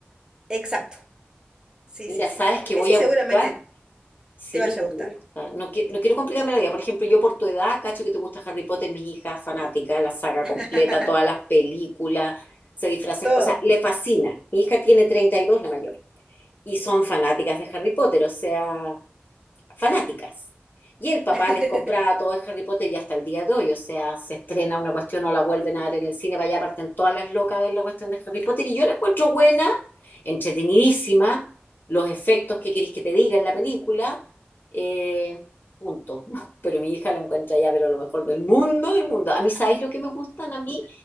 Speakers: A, on the right; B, on the left.
A: exacto. Sí,
B: Mira,
A: sí, sí.
B: ¿sabes qué
A: Ese
B: voy a
A: seguramente
B: buscar? Sí,
A: te vaya
B: me
A: a
B: gusta.
A: gustar.
B: No, qui- no quiero complicarme la vida. Por ejemplo, yo por tu edad, cacho que te gusta Harry Potter, mis hijas fanática, la saga completa,
A: <laughs>
B: todas las películas, se disfrazan.
A: Todo.
B: O sea, le fascina. Mi hija tiene 32, la mayor, y son fanáticas de Harry Potter. O sea, fanáticas. Y el papá
A: <laughs>
B: les compraba todo de Harry Potter y hasta el día de hoy, o sea, se estrena una cuestión o la vuelven a dar en el cine, para allá parten todas las locas a ver la cuestión de Harry Potter y yo la encuentro buena, entretenidísima, los efectos que queréis que te diga en la película, eh, punto. <laughs> Pero mi hija la encuentra ya, pero lo mejor del mundo, del mundo. A mí, ¿sabéis lo que me gustan a mí?